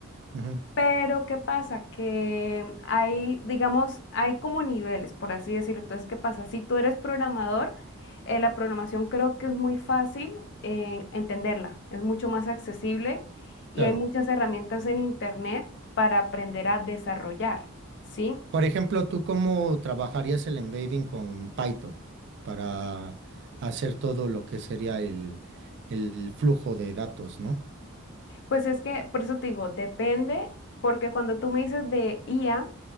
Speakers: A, on the right (about 55°); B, on the left (about 55°).
A: Ujú,
B: Pero, ¿qué pasa? Que hay, digamos, hay como niveles, por así decirlo. Entonces, ¿qué pasa? Si tú eres programador, eh, la programación creo que es muy fácil eh, entenderla, es mucho más accesible y
A: Claro.
B: hay muchas herramientas en Internet para aprender a desarrollar, ¿sí?
A: Por ejemplo, ¿tú cómo trabajarías el embedding con Python para hacer todo lo que sería el, el flujo de datos, ¿no?
B: Pues es que, por eso te digo, depende, porque cuando tú me dices de IA,